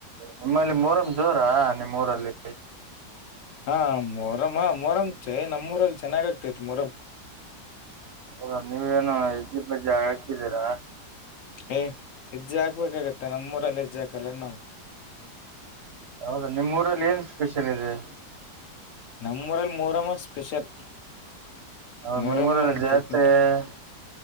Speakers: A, on the right; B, on the left.
A: ನಿಮ್ಮಲ್ಲಿ ಮೊಹರಂ ಜೋರಾ ನಿಮ್ ಊರಲ್ಲಿ
B: ಹಾ ಮೊಹರಂ ಹಾ ಮೊಹರಂ ಛೇ ನಮ್ಮೂರಲ್ ಚೆನ್ನಾಗ ಆಗ್ತಾಯಿತ್ ಮೊಹರಂ
A: ಹೌದ ನೀವೇನು ಹೆಜ್ಜೆ ಪಜ್ಜೆ ಹಕ್ತಿದ್ದೀರಾ
B: ಏ್ ಹೆಜ್ಜೆ ಹಾಕ್ಬೇಕಾಗತ್ತ ನಮ್ಮೂರಲ್ಲ ಹೆಜ್ಜೆ ಹಾಕಲ್ಲ ಏನ್ ನಾವು
A: ಹೌದಾ ನಿಮ್ಮ್ ಊರಲ್ಲಿ ಏನ್ ಸ್ಪೆಷಲ್ ಇದೆ
B: ನಮ್ಮೂರಲ್ ಮೊಹರಂ ಹಾ ಸ್ಪೆಷಲ್
A: ಹೌದ್
B: ಮೊಹರಂನೇ
A: ನಿಮ್ಮೂರಲ್ಲಿ
B: ಒಂದು
A: ಜಾತ್ರೆ-
B: ತತ್ಮುಟ್.